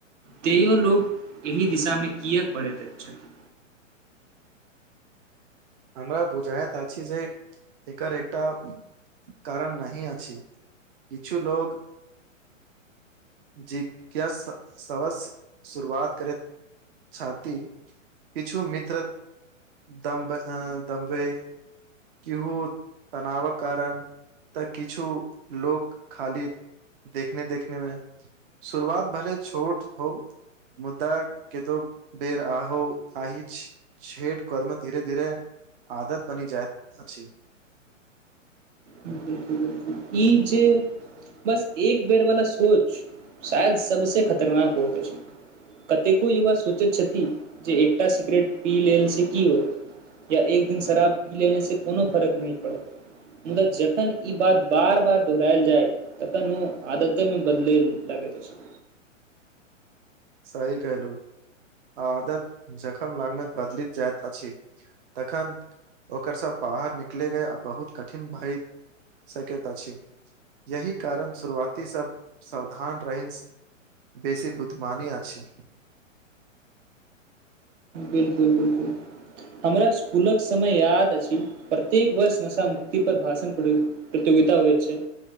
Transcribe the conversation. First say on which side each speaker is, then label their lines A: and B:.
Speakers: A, on the right; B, on the right.
A: तैयो लोग एहि दिशामे किए पढ़ैत छथिन
B: हमरा बुझाइत अछि जे एकर एकटा कारण नहि अछि किछु लोग जी क सब शुरुआत करे छती किछु मित्र दम्ब ऐं दम्बै किहू तनावक कारण तऽ किछु लोक खाली देखने देखने मे शुरुआत भले छोट होउ मुद्दा के तो बेर आ आहि छेठ कर्म धीरे धीरे आदत बनी जाइत अछि।
A: बिलकुल बिलकुल ई जे बस एक बेर वला सोच शायद सबसे खतरनाक होइत अछि। कतेको युवा सोचैत छथि जे एकटा सिगरेट पी लेल से की होइ या एक दिन शराब पी लेने से कोनो फर्क नय पड़त मुदा जख जखन ई बात बार बार दोहरायल जाय तखन ओ आदते मे बदलय लागैत अछि।
B: सही कहलु आ आदत जखम लागने बदलि जायत अछि। तखन ओकर सब बाहर निकले गय आ बहुत कठिन भई। सकैत अछि यही कारण शुरुआती सब सावधान रहि बेसी बुत मानी आछि।
A: बिल्कुल बिल्कुल। हमरा स्कुलक समय याद अछि प्रत्येक वर्ष नशा मुक्ति पर भाषण पड़ै प्रतियोगिता होइत छै।